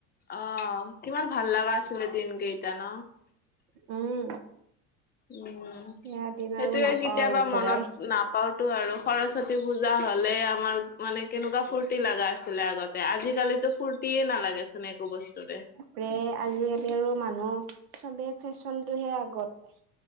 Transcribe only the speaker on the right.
উম,
সেয়া দিন
আৰু নাপাও
আৰু ঘূৰাই।
প্ৰে আজিকালি আৰু মানুহ চবে ফেশ্বনটোহে আগত।